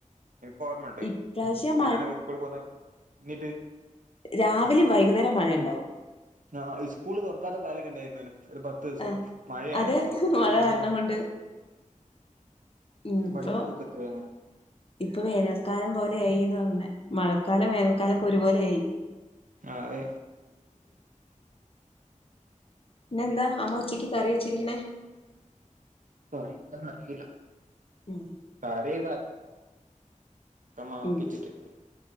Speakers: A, on the right; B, on the left.
A: എനിക്കോർമ്മണ്ട്
B: ഇപ്രാവശ്യം
A: ഉം ഞാനൊക്കെ സ്കൂള് പോന്ന ന്നിട്ട്
B: രാവിലേം വൈകുന്നേരം മഴയുണ്ടാവും.
A: ആഹ് ഇസ്കൂള് തുറക്കാത്ത കാലൊക്കെണ്ടായിരുന്നേനു ഒരു പത്ത് ദിവസം
B: ആഹ്
A: മഴയായത്
B: അത്
A: കൊണ്ട്
B: മഴ കാരണം
A: ആഹ്
B: കൊണ്ട് ഉം
A: ഞാൻ
B: ഇപ്പൊ
A: പഠിക്കുമ്പൊക്കെ എത്രയോ അങ്ങനെ
B: ഇപ്പൊ വേനൽക്കാലം പോലെയായിന്നാ തോന്നണെ, മഴക്കാലോം വേനൽക്കാലൊക്കെ ഒരുപോലെയായി.
A: ആഹ് അതെ.
B: ഇന്നെന്താ അമ്മ ഉച്ചയ്ക്ക് കറിവെച്ചിരിക്കണേ?
A: കറി എന്താന്നറിയൂല്ല നോക്കണം
B: ഉം
A: കറീ ക്കെ അമ്മ ആക്കി
B: ഉം
A: വെച്ചിട്ട് പോവും,